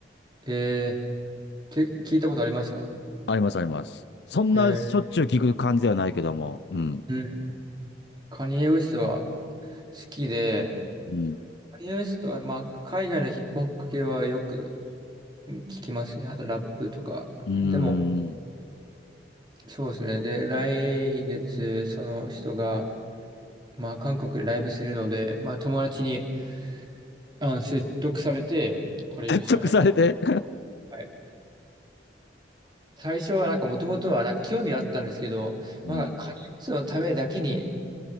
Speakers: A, on the right; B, on the left.
A: えー、け、聞いたことありますか
B: ありますあります。そんなしょっちゅう聞く感じではないけども、
A: えー、
B: うん。
A: うん。カニエ・ウェストは好きで、
B: うん。
A: カニエ・ウェストは、まあ、海外のヒップホップ系はよく聞きますね。あとラップとか。
B: うーん。
A: でも、そうですね。で、来月、その人が、まあ、韓国でライブするので、まあ、友達に、あの、説得されて、これ行くしかない。
B: 説得されて。
A: はい。最初はなんかもともとはなんか興味あったんですけど、
B: <laughs> うん。
A: まあ、カニスのためだけに、